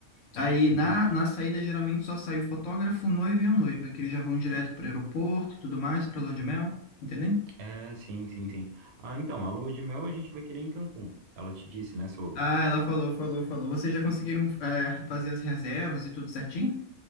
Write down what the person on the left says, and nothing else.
Aí
na, na saída, geralmente só sai o fotógrafo, o noivo e a noiva, que eles já vão direto para o aeroporto e tudo mais, para lua de mel, entendeu?
Ah, ela falou, falou, falou. Vocês já conseguiram, é, fazer as reservas e tudo certinho?